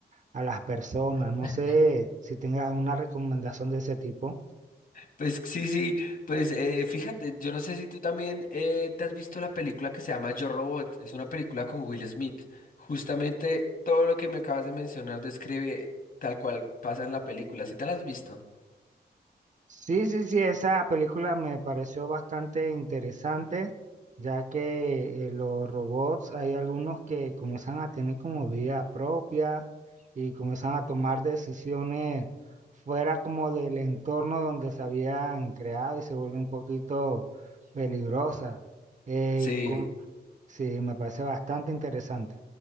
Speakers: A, on the right; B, on the left.
A: a las personas.
B: <laughs>
A: No sé si tengas una recomendación de ese tipo.
B: Pues sí, sí, pues eh, fíjate, yo no sé si tú también eh, te has visto la película que se llama Yo Robot, es una película con Will Smith. Justamente todo lo que me acabas de mencionar describe tal cual pasa en la película, ¿sí te la has visto?
A: Sí, sí, sí, esa película me pareció bastante interesante, ya que eh, los robots hay algunos que comienzan a tener como vida propia y comienzan a tomar decisiones fuera como del entorno donde se habían creado y se vuelve un poquito peligrosa. Eh,
B: Sí.
A: com- sí, me parece bastante interesante.